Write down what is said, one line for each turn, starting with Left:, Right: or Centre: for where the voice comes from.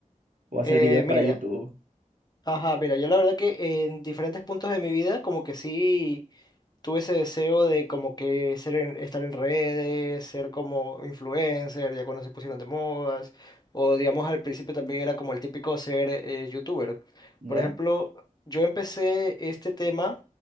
Right: o hacer
Left: Eh,
Right: videos para
Left: mira,
Right: YouTube?
Left: ajá, mira, yo la verdad que en diferentes puntos de mi vida como que sí tuve ese deseo de como que ser en- estar en redes, ser como influencer, ya cuando se pusieron de modas, o digamos al principio también era como el típico ser eh, youtuber.
Right: ¿Ya?
Left: Por ejemplo, yo empecé este tema,